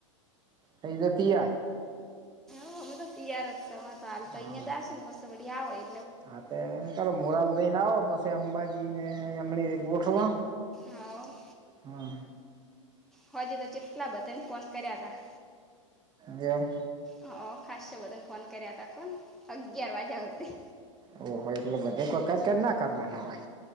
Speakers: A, on the right; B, in the centre.
A: થઈ જ તય
B: હો અમે તો તય જ ચાલ તો
A: હા
B: અહિયાં જાય છે ને બસ વળી આવ હોય
A: હા તો એમ કરો મોરાલ દઈને આવો પછી અંબાજીને એમ ગોઠવા
B: હા-
A: હા
B: હોજે તો જેટલા બધાને ફોન કર્યા હતાા
A: જેમ
B: હ ખાસ્ય બધન ફોન કર્યા ત કો અગિયાર વાજ્યા હોતી.
A: ઓ હોય એટલે બધા વખત કેમ ના કરવાના હોય